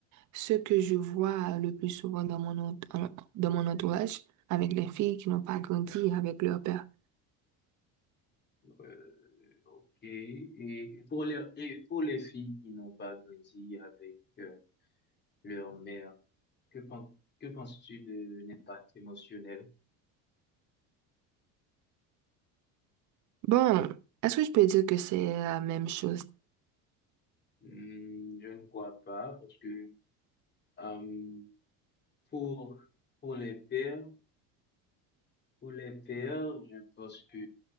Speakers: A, on the right; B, on the left.
A: Ce que je vois le plus souvent dans mon, ent- en- dans mon entourage, avec les filles qui n'ont pas grandi avec leur père.
B: Euh, ok. Et pour les, et pour les filles qui n'ont pas grandi avec euh, leur mère, que, pen- que penses-tu de l'impact émotionnel?
A: Bon, est-ce que je peux dire que c'est la même chose?
B: Hmm, je ne crois pas parce que euh, pour, pour les pères, Pour les pères, je pense que